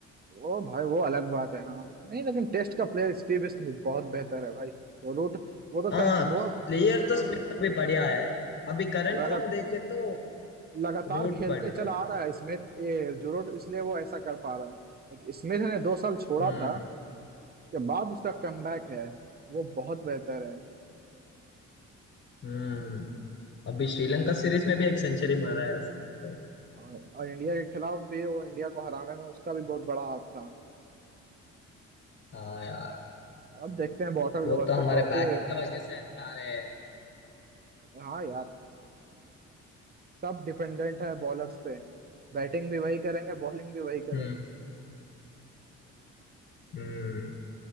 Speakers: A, on the right; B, on the left.
A: वो भाई वो अलग बात है हाँ नहीं लेकिन टेस्ट का प्लेयर स्टीव स्मिथ बहुत बेहतर है भाई वो रूट वो तो कं,
B: हाँ
A: वो
B: प्लेयर तो स्मिथ अभी बढ़िया है अभी करंट
A: लगा,
B: फॉर्म देखे तो
A: लगातार
B: रूट
A: खेलते
B: बढ़िया
A: चला
B: है
A: आ रहा है स्मिथ ये जुरोट इसलिए वो ऐसा कर पा रहा है लेकिन स्मिथ ने दो साल छोड़ा
B: हम्म
A: था के बाद उसका कमबैक है वो बहुत बेहतर है
B: हम्म अभी श्रीलंका सीरीज में भी एक सेंचुरी मारा है उसने तो
A: और, और इंडिया के खिलाफ भी वो इंडिया को हराने में उसका भी बहुत बड़ा हाथ था
B: हाँ यार
A: अब देखते हैं बॉटल
B: वो
A: गवस्कर
B: तो हमारे
A: ट्रॉफी
B: बैटिंग
A: ए
B: के वजह से आ रहे हैं
A: हाँ यार सब डिपेंडेंट है बॉलर्स पे बैटिंग भी वही करेंगे बॉलिंग भी वही करेंगे
B: हम्म हम्म